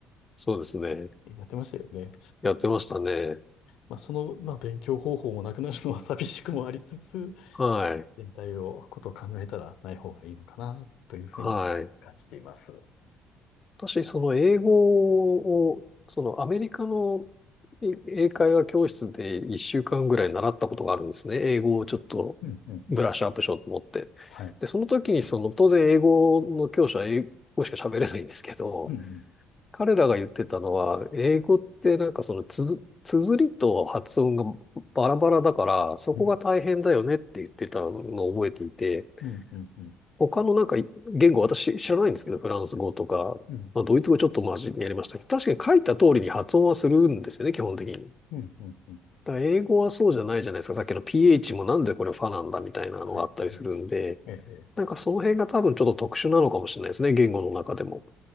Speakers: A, on the left (about 25°); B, on the left (about 75°).
A: そうですね。
B: やってましたよね。
A: やってましたね。
B: まあ、その、まあ、勉強方法もなくなるのは寂しくもありつつ、
A: はい。
B: 全体を、ことを考えたらない方がいいのかな、というふうに感じています。
A: はい。私、その英語を、そのアメリカのい英会話教室で1週間ぐらい習ったことがあるんですね。英語をちょっと
B: うん、うん、
A: ブラッシュアップしようと思って。
B: うん。はい。
A: で、その時にその、当然英語の教師は英語しか喋れないんですけど、
B: うん、
A: 彼らが言ってたのは、英語ってなんかそのつづ、綴りと発音がバラバラだから、そこが大変だよねって言ってたのを覚えていて、
B: うん、うん、うん、うん、うん、
A: 他のなんか言語私知らないんですけど、フランス語とか、
B: う
A: まあ、ドイツ語ちょっとマジにやりましたけど、確かに書いた通りに発音はするんですよね、基本的に。
B: ん、うん、うん。
A: だから英語はそうじゃないじゃないですか。さっきの PH もなんでこれファなんだみたいなのがあったりするんで、
B: はい、はい、はい。ええ、ええ。
A: なんかその辺が多分ちょっと特殊なのかもしれないですね、
B: ええ
A: 言語の中でも。